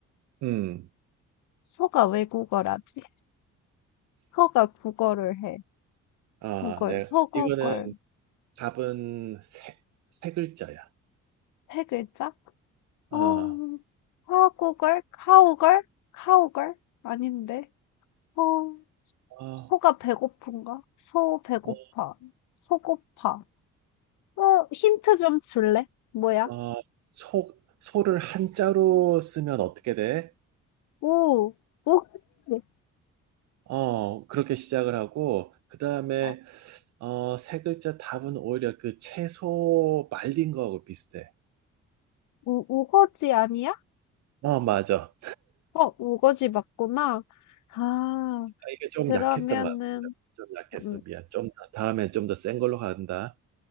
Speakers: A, on the right; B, on the left.
A: 음.
B: 소가 왜 구걸하지? 소가 국어를 해.
A: 아,
B: 구걸,
A: 네.
B: 소구걸.
A: 이거는 답은 세, 세 글자야.
B: 세 글자? 어,
A: 어,
B: 사구걸? 카오걸? 카오걸? 아닌데. 어,
A: 어,
B: 소가 배고픈가? 소 배고파.
A: 어,
B: 소고파. 어, 힌트 좀 줄래? 뭐야?
A: 어, 소, 소를 한자로 쓰면 어떻게 돼?
B: 우, 우거지.
A: 어, 그렇게 시작을 하고, 그 다음에,
B: 어,
A: 어, 세 글자 답은 오히려 그 채소 말린 거하고 비슷해.
B: 우, 우거지 아니야?
A: 어, 맞아.
B: 어, 우거지 맞구나. 아,
A: 아, 이게 좀
B: 그러면은,
A: 약했던 것 같아. 좀 약했어.
B: 음,
A: 미안. 좀, 더- 다음엔 좀 더 센 걸로 간다.